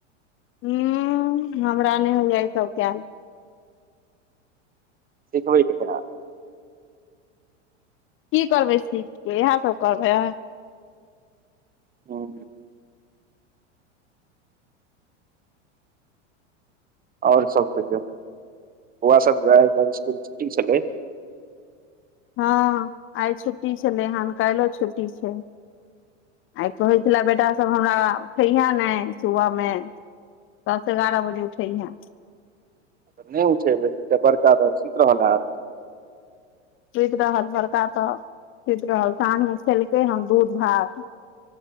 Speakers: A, on the left; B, on the right.
A: ह हमरा नहि हो जा तौ कल
B: से खबरी कह ने
A: की करबै सीख के इएह सब करबै
B: ह <inaudible> आओर सब बौआ सब स्कुल छुट्टी छलै
A: हँ आइ छुट्टी छलै हन काल्हि यो छुट्टी छै आइ कहै छले बेटासब हमरा उठेहे ने सुबह मे दस एगारह बजे उठै हहैं
B: तऽ नहि उठेब बड़का तऽ सुति रहल ह
A: सुति रहल बड़का तऽ सुति रहल साँझ मे खेलकै ह दूध भात